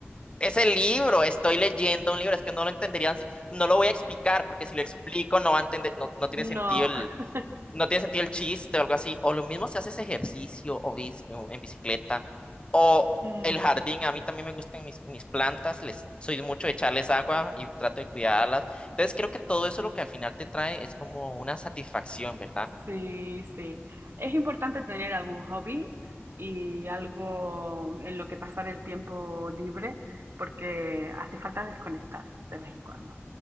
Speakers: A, on the left (about 25°); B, on the right (about 60°).
A: Es el libro, estoy leyendo un libro, es que no lo entenderían, si- no lo voy a explicar, porque si lo explico no va a entender, no, no tiene
B: No.
A: sentido el,
B: <laughs>
A: no tiene sentido el chiste o algo así. O lo mismo si haces ejercicio o, bici- o en bicicleta, o
B: mm,
A: el jardín, a mí también me gustan mis, mis plantas, les, soy mucho de echarles agua y trato de cuidarlas. Entonces creo que todo eso lo que al final te trae es como una satisfacción, ¿verdad?
B: Sí, sí. Es importante tener algún hobby y algo en lo que pasar el tiempo libre porque hace falta desconectar de vez en cuando.